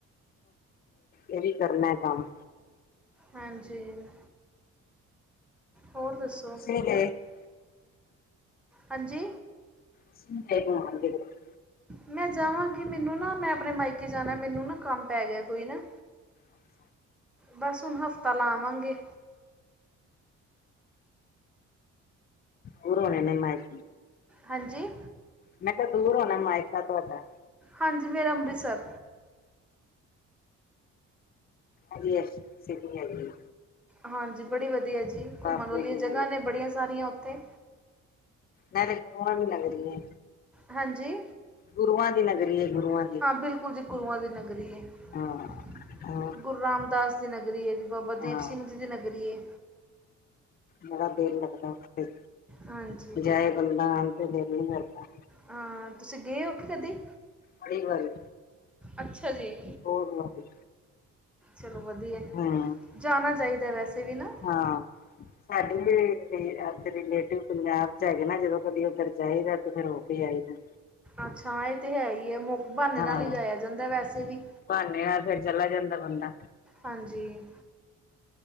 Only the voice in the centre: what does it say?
ਹਾਂਜੀ, ਹੋਰ ਦੱਸੋ?
ਹਾਂਜੀ।
ਮੈਂ ਜਾਵਾਂਗੀ ਮੈਨੂੰ ਨਾ ਮੈਂ ਆਪਣੇ ਮਾਇਕੇ ਜਾਣਾ, ਮੈਨੂੰ ਨਾ ਕੰਮ ਪੈ ਗਿਆ ਕੋਈ ਨਾ।
ਬਸ ਹੁਣ ਹਫ਼ਤਾ ਲਾਵਾਂਗੇ।
ਹਾਂਜੀ।
ਹਾਂਜੀ ਮੇਰਾ ਅੰਮ੍ਰਿਤਸਰ।
ਹਾਂਜੀ, ਬੜੀ ਵਧੀਆ ਜੀ
ਘੁੰਮਣ ਵਾਲੀਆਂ
ਜਗ੍ਹਾ
ਨੇ ਬੜੀਆਂ ਸਾਰੀਆਂ ਉੱਥੇ।
ਹਾਂਜੀ।
ਹਾਂ ਬਿਲਕੁਲ ਜੀ ਗੁਰੂਆਂ ਦੀ ਨਗਰੀ ਹੈ।
ਗੁਰੂ ਰਾਮਦਾਸ ਦੀ ਨਗਰੀ ਹੈ, ਬਾਬਾ ਦੀਪ
ਸਿੰਘ ਜੀ ਦੀ ਨਗਰੀ ਹੈ।
ਹਾਂਜੀ
ਹਾਂ ਤੁਸੀਂ ਗਏ ਹੋ, ਕਿ ਕਦੀ
ਅੱਛਾ ਜੀ।
ਚਲੋ ਵਧੀਆ।
ਜਾਣਾ ਚਾਹੀਦਾ ਵੈਸੇ ਵੀ ਨਾ।
ਅੱਛਾ, ਇਹ ਤੇ ਹੈ ਹੀ ਹੈ। ਬਹਾਨੇ
ਨਾਲ ਜਾਇਆਂ ਜਾਂਦਾ, ਵੈਸੇ ਵੀ
ਹਾਂਜੀ।